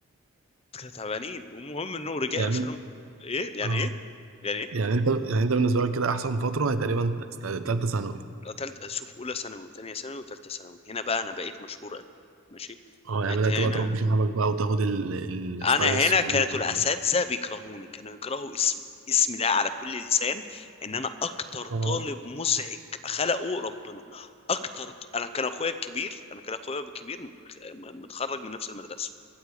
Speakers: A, on the left; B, on the right.
A: كانوا تعبانين والمهم انه رجع
B: يعني
A: فيلم
B: انت-
A: ايه يعني
B: اه
A: ايه يعني ايه
B: يعني انت يعني انت بالنسبة لك كده احسن فترة هي تقريبا تالتة ثانوي
A: تالتة شوف أولى ثانوي وتانية ثانوي وتالتة ثانوي هنا بقى أنا بقيت مشهور أوي ماشي
B: اه
A: بقيت
B: يعني بدأت
A: هنا
B: بقى تربي شنبك بقى وتاخد ال- ال- الستايل
A: أنا
B: السعودي
A: هنا كانت
B: بقى
A: الأساتذة
B: وكده.
A: بيكرهوني كانوا يكرهوا اسمي اسمي ده على كل لسان إن أنا أكتر
B: اه
A: طالب مزعج خلقه ربنا أكتر ط... أنا كان أخويا الكبير أنا كان أخويا الكبير م- م- متخرج من نفس المدرسة